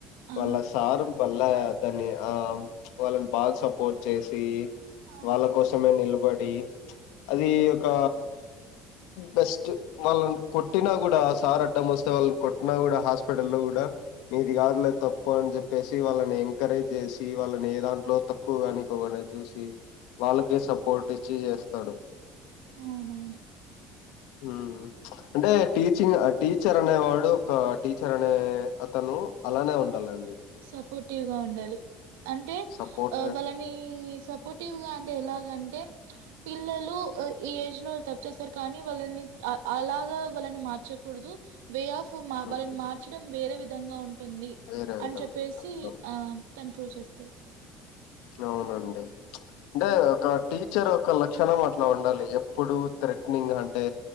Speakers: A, on the right (about 85°); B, on the left (about 75°).
A: ఆ
B: వాళ్ళ సార్ వాళ్ళ దాన్ని ఆ వాళ్ళని బాగా సపోర్ట్ చేసి
A: ఆ
B: వాళ్ళ కోసమే నిలబడి అది
A: ఉమ్
B: ఒక బెస్ట్ వాళ్ళని కొట్ కొట్టినా కూడా సార్ అడ్డం వస్తే వాళ్ళని కొట్టినా కూడా హాస్పిటల్లో లో కూడా మీది కాదులే తప్పు అని చెప్పేసి వాళ్ళని ఎంకరేజ్ చేసి వాళ్ళని ఏ దాంట్లో తప్పు ఎక్కువగానికోవగానే చూసి వాళ్ళకే సపోర్ట్ ఇచ్చి చేస్తాడు
A: అవునవును
B: హ్మ్ అంటే టీచింగ్ టీచర్ అనేవాడు ఒక టీచర్ అనే అతను అలానే ఉండాలండి
A: సపోర్టివ్గా ఉండాలి అంటే
B: సపోర్ట్ గా
A: వాళ్ళని సప్ సపోటివ్గా అంటే ఎలాగంటే పిల్లలు ఈ ఏజ్ లో కొచ్చేసారు కానీ వాళ్ళని అ అలాగా వాళ్ళని మార్చకూడదు వే ఆఫ్ మగ
B: ఉమ్
A: వాళ్ళని మార్చడం వేరే విధంగా ఉంటుంది
B: వేరే
A: అని
B: విధంగా
A: చెప్పేసి
B: ఉంటది
A: ఆ తను ప్రూవ్ చేస్తాడు
B: అవునండి అంటే ఒక టీచర్ ఒక లక్షణం అట్లా ఉండాలి ఎప్పుడు థ్రెట్నింగ్ అంటే